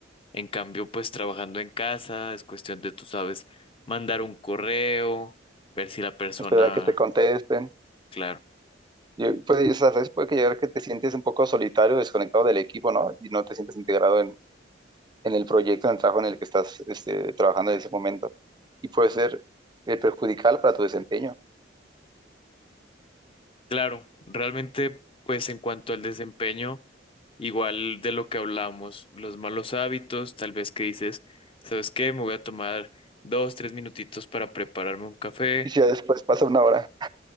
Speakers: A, on the left (about 30°); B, on the right (about 25°).
A: En cambio, pues trabajando en casa es cuestión de, tú sabes, mandar un correo, ver si la persona,
B: Esperar a que te contesten.
A: claro,
B: Y, pues, a veces puede que llegar que te sientes un poco solitario, desconectado del equipo, ¿no? Y no te sientes integrado en, en el proyecto, en el trabajo en el que estás este, trabajando en ese momento. Y puede ser eh, perjudicial para tu desempeño.
A: claro, realmente, pues en cuanto al desempeño, igual de lo que hablamos, los malos hábitos, tal vez que dices, ¿sabes qué? Me voy a tomar dos, tres minutitos para prepararme un café.
B: Y si
A: <laughs>
B: ya después pasa una hora.